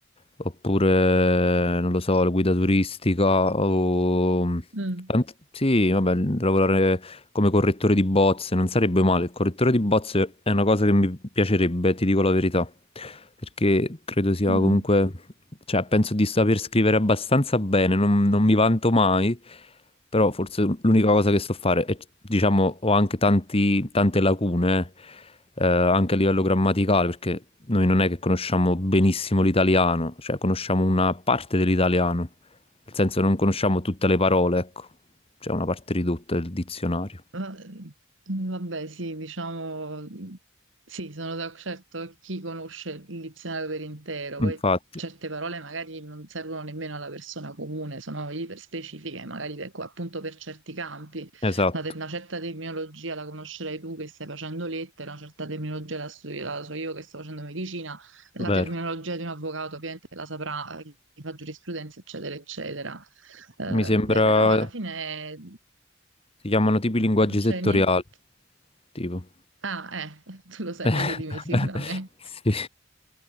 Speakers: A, on the left (about 30°); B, on the right (about 70°).
A: oppure, non lo so, la guida turistica o...
B: Mm,
A: tant- Sì, vabbè, lavorare come correttore di bozze non sarebbe male. Il correttore di bozze è una cosa che mi piacerebbe, ti dico la verità, perché credo sia
B: mm.
A: comunque... Cioè, penso di saper scrivere abbastanza bene, non non mi vanto mai. Però forse l'unica cosa che so fare è, diciamo, ho anche tanti- tante lacune, eh, anche a livello grammaticale, perché noi non è che conosciamo benissimo l'italiano, cioè conosciamo una parte dell'italiano, nel senso non conosciamo tutte le parole, ecco, c'è una parte ridotta del dizionario.
B: Ma- Vabbè, sì, diciamo, sì, sono da- certo chi conosce il dizionario per intero, poi
A: Infatti,
B: certe parole magari non servono nemmeno alla persona comune, sono iperspecifiche, magari per, appunto per certi campi,
A: esatto,
B: una, te- una certa terminologia la conoscerai tu che stai facendo lettere, una certa terminologia la, studi- la so io che sto facendo medicina,
A: vero.
B: la terminologia di un avvocato ovviamente la saprà eh, chi fa giurisprudenza, eccetera, eccetera. Eh,
A: Mi sembra,
B: beh, però alla fine
A: si chiamano tipi linguaggi
B: non c'è
A: settoriali,
B: niente.
A: tipo.
B: Ah, eh, <laughs> tu lo sai
A: <laughs>
B: meglio di me sicuramente.
A: Sì.